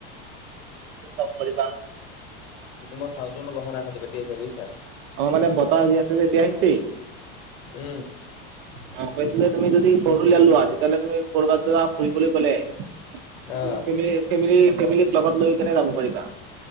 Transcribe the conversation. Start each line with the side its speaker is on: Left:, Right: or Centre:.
Right: লগ কৰিবা।
Left: তোমাৰ চাউণ্টো অলপ অহা নাই ফাতি ফাতি আহিছে বুইছা?
Right: অ মানে বতাহ আহি আছে যে এতিয়া আহিছেই?
Left: উম,
Right: অ কৈছিলে যে তুমি যদি ফৰ হুইলাৰ লোৱা তেতিয়াহ'লে তুমি ক'ৰবাত ধৰা ফুৰিবলৈ গ'লে। হ'য়টো
Left: অ'
Right: ফেমে ফেমেলি ফেমেলি লগত লৈকেনে যাব পাৰিবা।